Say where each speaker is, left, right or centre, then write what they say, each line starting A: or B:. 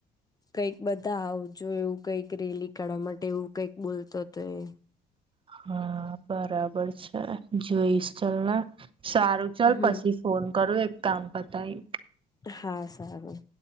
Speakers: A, on the left; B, on the right.
A: કંઈક બધા આવજો એવું કઈક રેલી કાઢવા માટે એવું કઈક બોલતો હતો એ.
B: હા બરાબર છે જોઈશ ચલ ને. સારું ચાલ
A: હમ
B: પછી ફોન કરો એક કામ પતાય ને.
A: હા સારું.